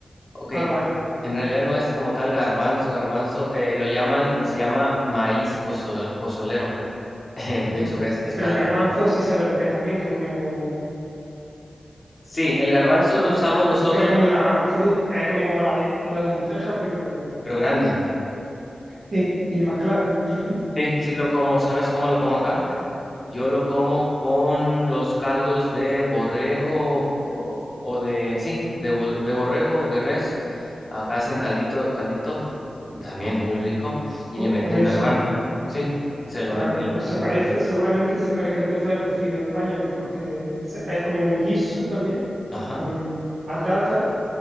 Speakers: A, on the left (about 35°); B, on the right (about 70°).
A: Ok,
B: Ah, vale.
A: en realidad no es como tal garbanzo, garbanzo, eh, lo llaman, se llama maíz pozol- pozolero. <laughs> De
B: Ah,
A: hecho, es, es
B: Pero
A: para...
B: el garbanzo sí sabes lo que es también, que es como
A: Sí, el garbanzo
B: un gar-
A: lo usamos
B: el- el-
A: nosotros
B: que es como una fruta, es como la, len- la lenteja, pero
A: pero grande.
B: sí, y más claro, <laughs>
A: Sí, sí lo como. ¿Sabes cómo lo como acá? Yo lo como con los caldos de borrego o, o de, sí, de, bo- de borrego o de res. Acá hacen caldito, caldito, también muy rico,
B: con,
A: y le meten
B: con eso,
A: garbanzo.
B: ¿no?
A: Sí, se
B: Claro,
A: lo meten el
B: pues
A: garbanzo.
B: se parece, seguramente se parezca entonces al cocido de España, porque se- es como un guiso también,
A: Ajá.
B: con patata,